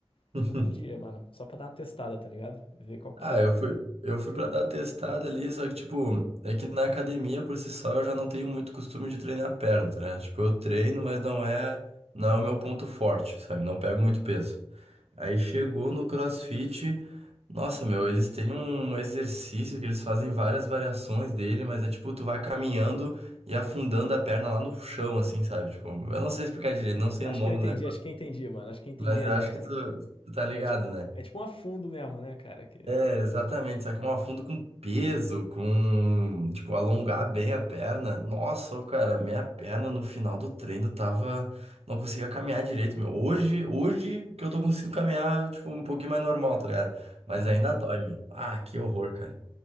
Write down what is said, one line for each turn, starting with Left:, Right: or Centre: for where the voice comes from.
Right: <laughs>
Left: Acho que eu vou um dia, mano, só pra dar uma testada, tá ligado? Ver qual que
Right: Ah,
Left: é.
Right: eu fui, eu fui pra dar testada ali, só que, tipo, é que na academia por si só eu já não tenho muito costume de treinar a perna, né? Tipo, eu treino,
Left: Uhum.
Right: mas não é, não é o meu ponto forte, sabe? Não pego muito peso. Aí chegou no CrossFit. Nossa, meu, eles têm um exercício que eles fazem várias variações dele, mas é tipo, tu vai caminhando e afundando a perna lá no chão, assim, sabe? Tipo, eu não sei explicar direito, não sei
Left: Acho
Right: o nome
Left: que eu entendi,
Right: do negócio,
Left: acho que eu entendi, mano. Acho que eu entendi
Right: mas
Left: a
Right: eu
Left: ideia.
Right: acho que tu, tu tá ligado,
Left: É tipo,
Right: né?
Left: é tipo um afundo mesmo, né, cara? Que...
Right: É, exatamente, só que é um afundo com peso, com, tipo, alongar bem a perna. Nossa, ô, cara, minha perna no final do treino tava, não conseguia caminhar direito, meu. Hoje, hoje que eu tô conseguindo caminhar, tipo, um pouquinho mais normal, tá ligado? Mas
Left: Aham.
Right: ainda dói, meu. Ah, que horror, cara.